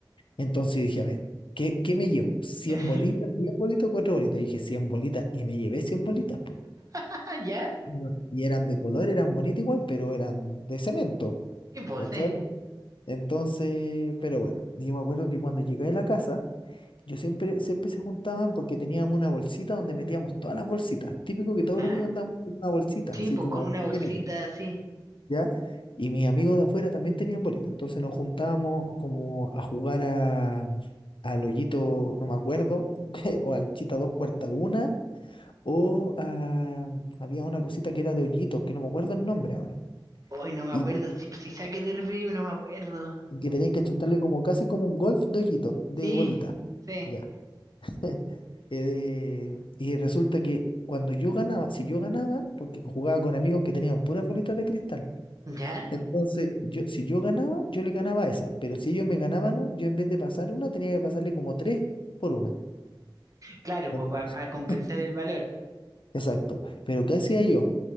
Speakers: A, on the left; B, on the right.
A: Entonces dije, a ver, ¿qué, qué me llevo? cien
B: <laughs>
A: bolitas? diez bolitas o 4 bolitas? Y dije, 100 bolitas. Y me llevé 100 bolitas, po.
B: Ah, ya.
A: Bueno. Y eran de color, eran bonitas igual, pero eran de cemento,
B: Sí, pues,
A: ¿cachai?
B: sí.
A: Entonces, pero bueno, yo me acuerdo que cuando llegué a la casa, Yo siempre, siempre se juntaban porque teníamos una bolsita donde metíamos todas las bolsitas. Típico que todos
B: ¿Ya?
A: los niños andaban con una bolsita,
B: Sí,
A: así
B: pues
A: como
B: con una bolsita
A: género,
B: así.
A: ¿ya? Y mis amigos de afuera también tenían bolita. Entonces nos juntábamos como a jugar a, al hoyito, no me acuerdo, <laughs> o al chita dos cuarta una, o a- había una cosita que era de hoyitos, que no me acuerdo el nombre ahora.
B: Hoy no me
A: Y,
B: acuerdo. Si, si sé a qué te referí, no me acuerdo.
A: y que tenían que achuntarle como casi como un golf de hoyito, de
B: Sí,
A: bolita.
B: sí.
A: ya <laughs> Eh, y resulta que cuando yo ganaba, si yo ganaba, porque jugaba con amigos que tenían puras bolitas de cristal,
B: ¿Ya?
A: entonces yo, si yo ganaba, yo le ganaba a esa, pero si ellos me ganaban, un- yo en vez de pasar una, tenía que pasarle como tres por una.
B: Claro,
A: En-
B: pues para compensar
A: <laughs>
B: el valor.
A: Exacto. Pero ¿qué hacía yo?